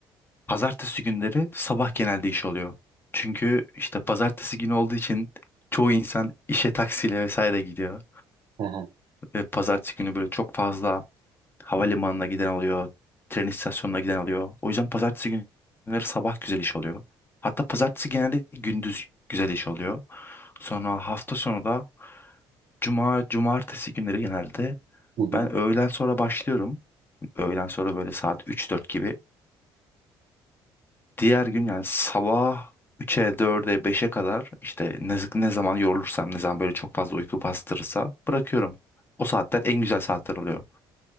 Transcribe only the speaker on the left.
Pazartesi günleri sabah genelde iş oluyor. Çünkü işte pazartesi günü olduğu için çoğu insan işe taksiyle vesaire gidiyor.
Ve pazartesi günü böyle çok fazla havalimanına giden oluyor, tren istasyonuna giden oluyor. O yüzden pazartesi günleri sabah güzel iş oluyor. Hatta pazartesi genelde gündüz güzel iş oluyor. Sonra hafta sonu da cuma, cumartesi günleri genelde
ben öğlen sonra başlıyorum. Öğlen sonra böyle saat üç dört gibi. Diğer gün yani sabah üçe 4'e beşe kadar işte ne, ne zaman yorulursam ne zaman böyle çok fazla uyku bastırırsa bırakıyorum. O saatler en güzel saatler oluyor.